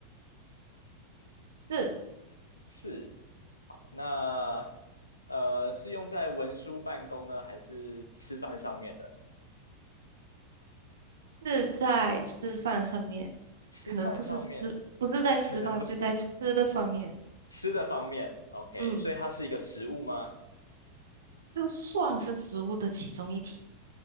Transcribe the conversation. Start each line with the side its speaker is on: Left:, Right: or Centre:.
Right: 是
Left: 是。那呃，是用在文书办公呢，还是吃饭上面的？
Right: 是在吃饭上面，
Left: 吃饭上面
Right: 可能不是吃，不是在吃饭，
Left: 可能不是
Right: 就在吃的方面。
Left: 吃的方面。OK，
Right: 嗯，
Left: 所以它是一个食物吗？
Right: 它算是食物的其中一体，